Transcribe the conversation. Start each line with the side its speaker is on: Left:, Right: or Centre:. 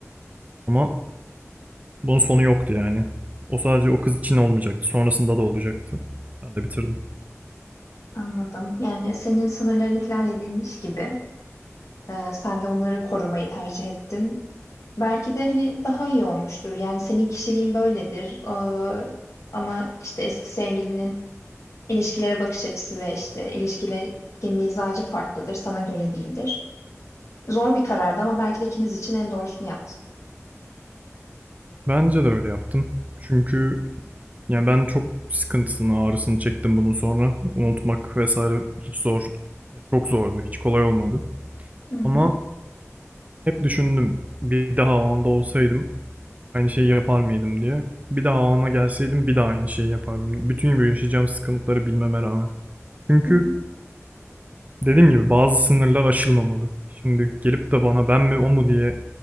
Right: Ama Bunun sonu yoktu yani. O sadece o kız için olmayacaktı. Sonrasında da olacaktı. Ben de bitirdim.
Left: anladım yani senin sınırların ihlal edilmiş gibi. Ee, sen de onları korumayı tercih ettin. Belki de hani daha iyi olmuştur. Yani senin kişiliğin böyledir. Ee, ama işte eski sevgilinin ilişkilere bakış açısı ve işte ilişkilerdeki mizacı farklıdır. Sana göre değildir. Zor bir karardı ama belki de ikiniz için en doğrusunu yaptın.
Right: Bence de öyle yaptım. Çünkü yani ben çok sıkıntısını, ağrısını çektim bunun sonra. Unutmak vesaire hiç zor. Çok zordu. Hiç kolay olmadı.
Left: Hı hı,
Right: Ama hep düşündüm. Bir daha o anda olsaydım aynı şeyi yapar mıydım diye. Bir daha o ana gelseydim bir daha aynı şeyi yapardım. Bütün bu yaşayacağım sıkıntıları bilmeme rağmen. Çünkü
Left: hı hı,
Right: Dediğim gibi bazı sınırlar aşılmamalı. Şimdi gelip de bana ben mi o mu diye